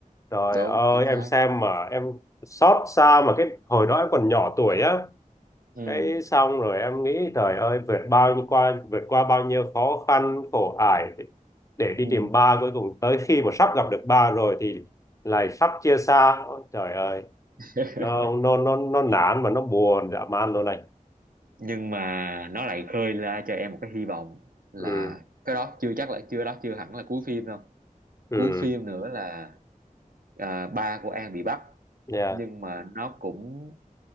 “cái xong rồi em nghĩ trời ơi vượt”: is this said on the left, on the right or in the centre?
Left